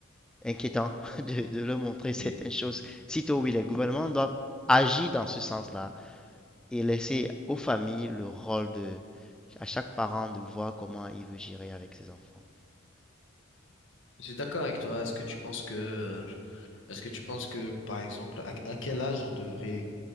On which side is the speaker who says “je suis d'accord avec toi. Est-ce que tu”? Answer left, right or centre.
Left